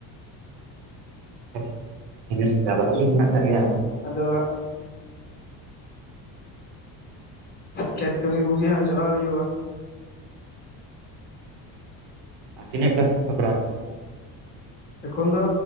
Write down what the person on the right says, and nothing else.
ᱟᱪᱪᱷᱟ ᱤᱱᱟᱹ ᱥᱟᱦᱟᱣ ᱠᱟᱛᱮᱫ ᱢᱮᱱᱟᱜ ᱟᱠᱟᱫ ᱜᱮᱭᱟ
ᱟᱨ ᱛᱤᱱᱟᱹᱜ ᱴᱟᱜ ᱥᱟᱹᱫᱽ ᱥᱟᱯᱟᱲᱟᱣ ᱚᱱᱟ ᱪᱮᱛᱟᱱ ᱫᱚ